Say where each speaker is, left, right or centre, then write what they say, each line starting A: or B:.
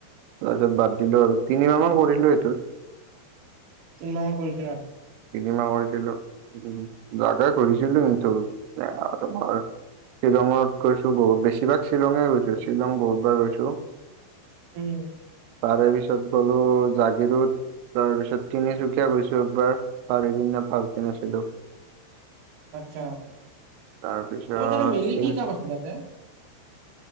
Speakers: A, on the right; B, on the right.
A: তাৰপিছত বাদ দিলোঁ আৰু তিনিমাহ মান কৰিলোঁ এইটো।
B: তিনিমাহ মান কৰিছিল আৰু।
A: তিনিমাহ কৰিছিলোঁ <unintelligible> কৰিছিলোঁ কিন্তু এ তোমাৰ শ্বিলঙত গৈছোঁ বহুত বেছিভাগ শ্বিলঙে গৈছোঁ শ্বিলং বহুতবাৰ গৈছোঁ।
B: উম।
A: তাৰে পিছত গ'লো জাগীৰোড তাৰপিছত তিনিচুকীয়া গৈছোঁ একবাৰ। চাৰিদিন নে পাঁচদিন আছিলোঁ।
B: আচছা,
A: তাৰপিছত
B: তোমাৰ তাতে মেনলি
A: তিন
B: কি কাম আছিল তাতে? <unintelligible>